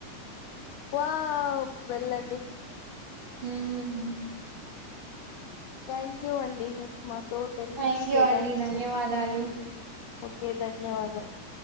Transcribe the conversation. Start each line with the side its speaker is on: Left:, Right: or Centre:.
Left: వావ్ వెళ్ళండి.
Right: మ్
Left: థ్యాంక్ యూ అండి మాతో టెన్
Right: థ్యాంక్
Left: మినిట్స్
Right: యూ
Left: కేటాయించినం
Right: అండి ధన్యవాదాలు
Left: ఓకే ధన్యవాదాలు